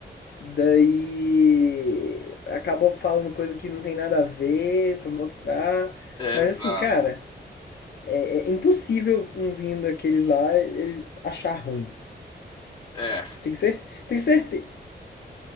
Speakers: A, on the left; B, on the left.
A: daí acabam falando coisa que não tem nada a ver pra mostrar.
B: É,
A: Mas
B: exato.
A: assim, cara, é, é impossível um vindo daqueles lá ele achar ruim.
B: É.
A: Tem que ser, tem certeza.